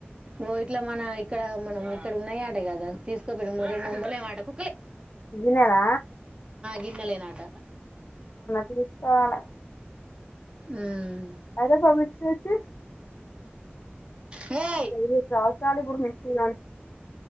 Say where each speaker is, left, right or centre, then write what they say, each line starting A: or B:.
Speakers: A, on the right; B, on the left.
A: ఓ ఇట్లా మన ఇక్కడ మనం ఇక్కడ ఉన్నాయి ఆట కదా తీసుకో పెడి మ రెండువందలు ఏమో కుక్కలే
B: దినార
A: గిన్నలలే నాట
B: తీసుకోవాలె
A: ఉమ్
B: అదే పా మిక్సీ వచ్చి
A: హె
B: ఎనిమిది సంవత్సరాలు ఇప్పుడు మిక్సీ కొని